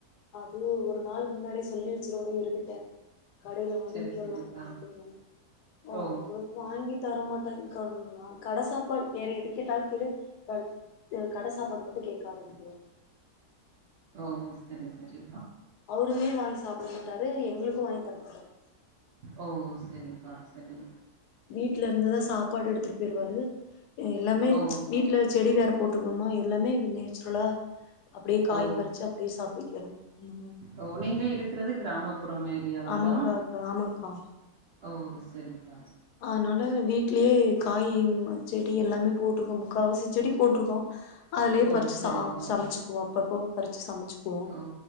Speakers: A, on the left; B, on the right.
A: அதுவு ஒரு நாளுக்கு முன்னாடியே சொல்லி வெச்சிருவே இவுருக்கிட்டே கடைல வாங்கிட்
B: சரி சரிப்பா
A: வரலாமா அப்டின்னு <unintelligible> அவ
B: ஓ
A: வாங்கி தரமாட்டாருங்க்கா நா கட சாப்பாடு வேற எது கேட்டாலு கேளு த இது கட சாப்பாடு மட்டு கேட்காதுன்ருவாரு
B: ஓ செரி செரி
A: அவுருமே வாங்கி சாப்ட மாட்டாரு எங்ளுக்கு வாங்கி தரமாட்டாரு
B: ஓ செரிப்பா செரி
A: வீட்ல இருந்துதா சாப்பாடு எடுத்துட்டு போயிருவாரு எல்லாமே
B: ஓ
A: வீட் ல செடி வேற போட்ருக்கோமா எல்லாமே நேச்சுரலா அப்டியே காய்
B: ஓ
A: பறிச்சு அப்டியே சாப்பிக்கிறங் அந்த மாரி
B: ஓ நீங்க இருக்கிறது கிராமப்புறம் ஏரியாவாடா
A: ஆமாக்கா அக்கா, ஆமாக்கா
B: ஓ செரிப்பா
A: அதனால வீட் லயே காய் செடி எல்லாமே போட்ருக்கோம் முக்காவாசி செடி போட்ருக்கோ அதுலயே
B: ஓ
A: பறிச்சி
B: சரிப்பா
A: சா சமச்சிக்குவோ அப்பப்போ பறிச்சி சமச்சிக்குவோ
B: ஓ